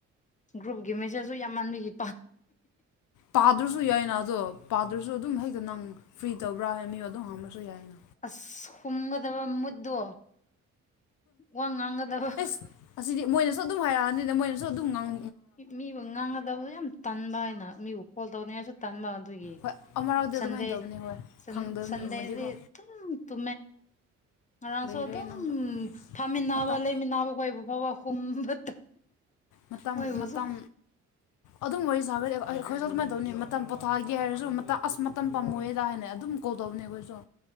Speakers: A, on the left; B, on the left.
A: ꯒ꯭ꯔꯨꯞꯀꯤ ꯃꯦꯆꯦꯖꯁꯨ ꯌꯥꯝ ꯃꯥꯟꯕꯤꯈꯤ
B: ꯄꯥꯗ꯭ꯔꯁꯨ ꯌꯥꯏꯅ ꯑꯗꯣ ꯄꯥꯗ꯭ꯔꯁꯨ ꯑꯗꯨꯝ ꯍꯦꯛꯇ ꯅꯪ ꯐ꯭ꯔꯤ ꯇꯧꯕ꯭ꯔꯥ ꯍꯥꯏ ꯃꯤ ꯑꯗꯨꯝ ꯍꯥꯡꯅꯁꯨ ꯌꯥꯏꯅ
A: ꯑꯁ ꯍꯨꯝꯒꯗꯕ ꯃꯨꯠꯇꯣ ꯋꯥ ꯉꯥꯡꯒꯗꯕ
B: ꯑꯦꯁ ꯑꯁꯤꯗꯤ ꯃꯣꯏꯅꯁꯨ ꯑꯗꯨꯝ ꯍꯥꯏꯔꯛꯑꯅꯤꯅ ꯃꯣꯏꯅꯁꯨ ꯑꯗꯨꯝ ꯉꯥꯡ
A: ꯃꯤꯕꯨ ꯉꯥꯡꯒꯗꯕ ꯌꯥꯝ ꯇꯟꯕ ꯍꯥꯏꯅ ꯃꯤꯕꯨ ꯈꯣꯜꯗꯧꯅꯤꯁꯨ ꯇꯝꯕ ꯑꯗꯨꯒꯤ
B: ꯍꯣꯏ ꯑꯃꯔꯛꯇꯤ
A: ꯁꯟꯗꯦꯟ
B: ꯑꯗꯨꯃꯥꯏꯅ ꯇꯧꯕꯅꯤ ꯍꯣꯏ ꯈꯪꯗꯕ
A: ꯁꯟꯗꯦꯗꯤ
B: ꯃꯤꯒꯨꯝꯕꯗꯤꯀꯣ
A: ꯇꯨ ꯉꯔꯥꯡꯁꯨ
B: ꯂꯩꯔꯦ
A: ꯑꯗꯨꯝ
B: ꯅꯪꯁꯨ
A: ꯐꯝꯃꯤꯟꯅꯕ
B: ꯃꯇꯝ
A: ꯂꯩꯃꯤꯟꯅꯕ ꯀꯣꯏꯕ ꯐꯥꯎꯕ ꯍꯨꯝꯕ
B: ꯃꯇꯝ
A: ꯃꯣꯏꯕꯨꯁꯨ
B: ꯃꯇꯝ ꯑꯗꯨꯝ ꯋꯥꯔꯤ ꯁꯥꯒꯗꯤ ꯑꯩꯈꯣꯏꯁꯨ ꯑꯗꯨꯃꯥꯏꯅ ꯇꯧꯅꯤ ꯃꯇꯝ ꯄꯣꯊꯥꯑꯒꯦ ꯍꯥꯏꯔꯁꯨ ꯑꯁ ꯃꯇꯝ ꯄꯥꯝꯃꯣꯏꯦꯗ ꯍꯥꯏꯅ ꯑꯗꯨꯝ ꯀꯣꯜ ꯇꯧꯅꯤ ꯑꯩꯈꯣꯏꯁꯨ